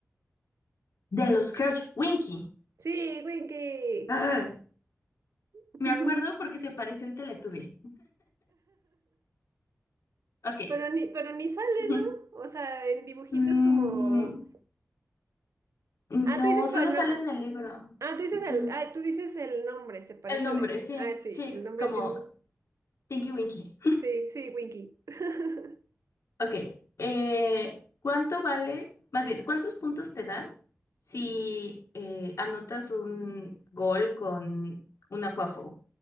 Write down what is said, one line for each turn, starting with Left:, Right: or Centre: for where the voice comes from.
Left: De los Crouch Winky.
Right: Sí, Winky.
Left: Ah,
Right: <laughs>
Left: me acuerdo porque se parece un Teletubby. Ok.
Right: Pero ni, pero ni sale,
Left: <laughs>
Right: ¿no? O sea, en dibujitos
Left: Mm,
Right: como
Left: no,
Right: Ah, tú dices
Left: solo
Right: para el
Left: sale
Right: no.
Left: en el libro.
Right: Ah, tú dices
Left: Ujú.
Right: el, ah, tú dices el nombre, se parece
Left: El nombre,
Right: de.
Left: sí,
Right: Ah, sí,
Left: sí,
Right: el nombre
Left: como
Right: tiene.
Left: Tinky Winky.
Right: Sí, sí, Winky. <laughs>
Left: Ok, eh, ¿cuánto vale, más bien, cuántos puntos te dan si eh, anotas un gol con un Quaffle?